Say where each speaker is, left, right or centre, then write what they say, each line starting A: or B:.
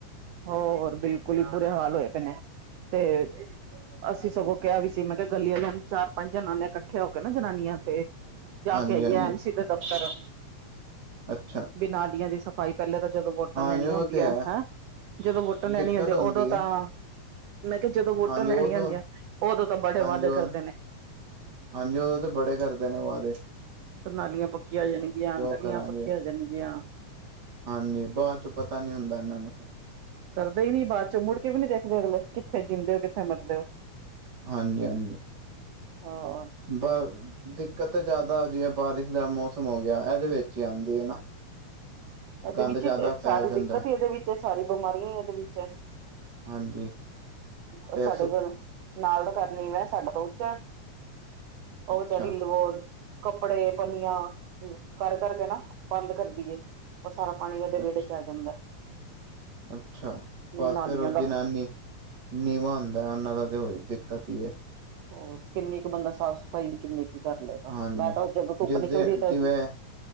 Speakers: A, on the right; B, on the right.
A: ਹੋਰ ਬਿਲਕੁਲ ਹੀ ਬੁਰੇ ਹਾਲ ਹੋਏ ਪਏ ਨੇ ਤੇ, ਅਸੀਂ ਸਗੋਂ ਕਿਹਾ ਵੀ ਸੀ ਮੈਂ ਕਿਹਾ ਗਲੀਆਂ ਚਾਰ ਪੰਜ ਜਨ ਨੇ ਇਕੱਠੇ ਹੋ ਕੇ ਨਾ ਜਨਾਨੀਆਂ ਤੇ, ਜਾ
B: ਹਾਂਜੀ
A: ਕੇ ਆਈਏ
B: ਹਾਂਜੀ
A: ਐਨ ਸੀ ਦੇ ਦਫ਼ਤਰ
B: ਅੱਛਾ
A: ਬਿ ਨਾਲੀਆ ਦੀਆਂ ਦੀ ਸਫ਼ਾਈ ਪਹਿਲੇ ਤਾਂ ਜਦੋਂ ਵੋਟਾਂ
B: ਹਾਂਜੀ
A: ਲੈਣੀਆਂ
B: ਉਹ
A: ਹੁੰਦੀਆਂ
B: ਤੇ ਹੈ
A: ਹੈਂ ਜਦੋਂ ਵੋਟਾਂ ਲੈਣੀ
B: ਦਿੱਕਤ
A: ਹੁੰਦੀ ਉਦੋਂ ਤਾਂ,
B: ਹੈ
A: ਮੈਂ ਕਿਹਾ ਜਦੋਂ ਵੋਟਾਂ
B: ਹਾਂਜੀ
A: ਲੈਣੀਆਂ
B: ਉਦੋਂ
A: ਹੁੰਦੀਆਂ ਉਦੋਂ ਤਾਂ ਬੜੇ
B: ਹਾਂਜੀ
A: ਵਾਅਦੇ
B: ਉਹ
A: ਕਰਦੇ ਨੇ,
B: ਹਾਂਜੀ ਉਹਦੋਂ ਤਾਂ ਬੜੇ ਕਰਦੇ ਨੇ ਵਾਦੇ,
A: ਤਨਾਲੀਆਂ ਪੱਕੀਆਂ ਹੋ ਜਾਣਗੀਆਂ ਗਲੀਆਂ
B: ਕਰਾਂਗੇ
A: ਪੱਕੀਆਂ ਹੋ ਜਾਣਗੀਆਂ,
B: ਹਾਂਜੀ ਬਾਅਦ ਚ ਪਤਾ ਨੀ ਹੁੰਦਾ ਇਹਨਾਂ ਦਾ
A: ਕਰਦੇ ਹੀ ਨੀ ਬਾਅਦ ਚੋਂ ਮੁੜ ਕੇ ਵੀ ਨੀ ਦੇਖਦੇ ਅਗਲੇ ਕਿੱਥੇ ਜਿਦੇ ਹੋ ਕਿੱਥੇ ਮਰਦੇ ਹੋ,
B: ਹਾਂਜੀ ਹਾਂਜੀ,
A: ਹਾਂ <unintelligible> ਹੋਅ
B: ਬ ਦਿੱਕਤ ਤਾਂ ਜ਼ਿਆਦਾ ਜਿ ਬਾਰਿਸ਼ ਦਾ ਮੌਸਮ ਹੋ ਗਿਆ ਇਹਦੇ ਵਿੱਚ ਹੀ ਆਉਂਦੀ ਹੈ ਨਾ, <unintelligible>
A: ਇਹਦੇ ਵਿੱਚ
B: ਜ਼ਿਆਦਾ
A: ਸਾਰੀ
B: ਫੈਲ ਜਾਂਦਾ
A: ਦਿੱਕਤ ਹੀ ਇਹਦੇ ਵਿੱਚ ਸਾਰੀ ਬਿਮਾਰੀਆਂ ਹੀ ਇਹਦੇ ਵਿੱਚ, ਐ
B: ਹਾਂਜੀ ਤੇ
A: ਅ ਸਾਡੇ
B: ਸੁ
A: ਕੋਲ, ਨਾਲ ਦਾ ਘ ਮੈਂ ਸਾਡਾ ਤੋ ਉੱਚਾ ਉਹ
B: ਅੱਛਾ।
A: ਵਿਚਚਾਰੀ ਲ, ਵੋ ਕੱਪੜੇ ਪੰਨੀਆਂ ਕਰ ਕਰ ਕੇ ਨਾ ਬੰਦ ਕਰਦੀ, ਏ ਉਹ ਸਾਰਾ ਪਾਣੀ ਉਹਦੇ
B: ਅੱਛਾ
A: ਵਿਹੜੇ ਚ ਆ ਜਾਂਦਾ,
B: ਅੱਛਾ ਪਰ
A: ਨਾਲੀਆਂ
B: ਫੇਰ ਔ
A: ਦਾ।
B: ਜਨਾਨੀ, ਨੀਵਾਂ ਹੁੰਦਾ ਉਹਨਾਂ ਦਾ ਤੇ ਹੋ ਦਿੱਕਤ ਹੀ ਏ,
A: ਹੋਰ ਕਿੰਨੀ ਕੁ ਬੰਦਾ ਸਾਫ਼ ਸਫ਼ਾਈ ਵੀ ਕਿੰਨੀ ਕੁ ਕਰ ਲਏਗਾ
B: ਹਾਂਜੀ।
A: ਮੈਂ ਤਾਂ ਜਦੋਂ ਧੁੱਪ
B: ਜਿਸਦੇ
A: ਨਿਕਲਦੀ ਹੈ ਤੇ
B: <unintelligible>